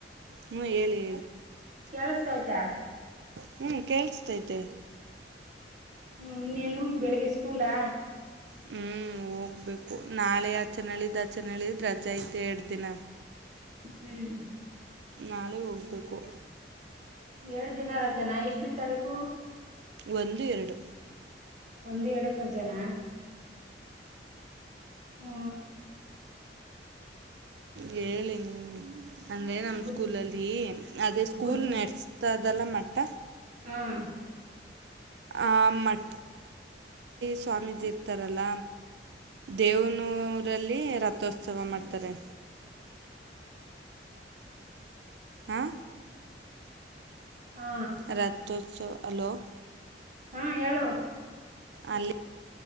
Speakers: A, on the right (about 70°); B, on the right (about 45°).
A: ಹ್ಮ್ ಹೇಳಿ ಹೇಳಿ
B: ಕೇಳಸ್ತಾ ಆಯ್ತಾ
A: ಹ್ಞೂ ಕೇಳಿಸ್ತೈತೆ
B: ಹ್ಮ್ ಇನ್ನೇನು ಬೆಳಿಗ್ಗೆ ಸ್ಕೂಲಾ
A: ಹ್ಮ್ ಹೋಗ್ಬೇಕು ನಾಳೆ ಆಚೆನಳಿದ ಆಚನಳ್ಳಿದ ರಜೆ ಐತೆ ಎರಡು ದಿನ
B: ಹ್ಮ್
A: ನಾಳೆ ಹೋಗ್ಬೇಕು
B: ಎರದಿನ ದಿನ ರಜೆನಾ ಎಷ್ಟನೇ ತಾರೀಕು
A: ಒಂದು ಎರಡು
B: ಒಂದು ಎಡಕ ಜನ ಹ್ಮ
A: ಹೇಳಿ ನೀ ಅಂದ್ರೆ ನಮ್ಮ
B: ಬುದ್
A: ಸ್ಕೂಲಲ್ಲಿ ಅದೇ ಸ್ಕೂಲ್
B: ಬುದ್
A: ನರ್ಸ್ ತದಲ ಮಟ್ಟ
B: ಹ್ಮ್
A: ಆ <unintelligible> ಸ್ವಾಮೀಜಿ ಇರ್ತಾರಲ್ಲ ದೇವನೂರಲ್ಲಿ ರಥೋತ್ಸವ ಮಾಡ್ತಾರೆ. ಹಾ
B: ಹಾ
A: ರಥೋಸ್ಥವ ಹಲೋ.
B: ಹಾ ಹೇಳು.
A: ಅಲ್ಲಿ